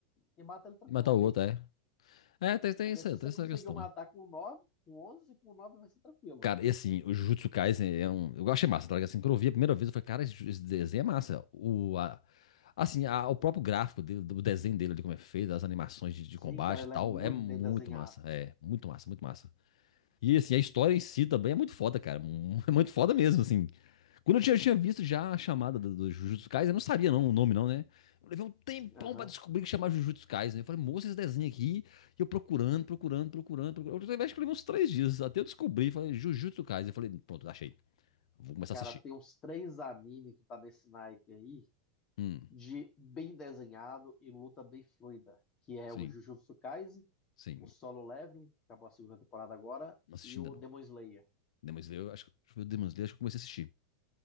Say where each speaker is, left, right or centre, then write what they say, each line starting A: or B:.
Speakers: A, on the left; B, on the left.
A: e, e mata ele tranquilamente.
B: E matar o outro, é. É, tem, tem
A: Porque
B: essa,
A: se
B: tem
A: você
B: essa
A: conseguiu
B: questão.
A: matar com nove, com onze, com nove vai ser tranquilo.
B: Cara, e assim, o Jujutsu Kaisen é um. Eu achei massa, tá ligado? Assim, quando eu vi a primeira vez, eu falei, cara, esse, ju- esse desenho é massa. O, a- assim, a- o próprio gráfico dele, do desenho dele ali, como é feito, as animações de,
A: Sim,
B: de combate
A: cara,
B: e
A: ele
B: tal,
A: é muito
B: é muito
A: bem desenhado.
B: massa. É, muito massa, muito massa. E assim, a história em si também é muito foda, cara. mu- <laughs> É muito foda mesmo, assim. Quando eu tinha, eu tinha visto já a chamada do, do Jujutsu Kaisen, eu não sabia não o nome não, né? Eu levei um tempão
A: Aham.
B: pra descobrir que chamava Jujutsu Kaisen. né? Eu falei, moça, esse desenho aqui. E eu procurando, procurando, procurando, procurando. Eu acho que eu levei uns três dias até eu descobrir. Falei, Jujutsu Kaisen. Eu falei, pronto, achei. Vou começar
A: Cara,
B: a assistir.
A: tem uns três animes que tá nesse naipe aí.
B: Hum,
A: de bem desenhado e luta bem fluida, que é
B: sim,
A: o Jujutsu Kaisen,
B: sim.
A: o Solo Leveling, que acabou a segunda temporada agora,
B: Não assisti
A: e o
B: ainda não.
A: Demon Slayer.
B: Demon Slayer, eu acho que... Deixa eu ver o Demon Slayer, acho que eu comecei a assistir.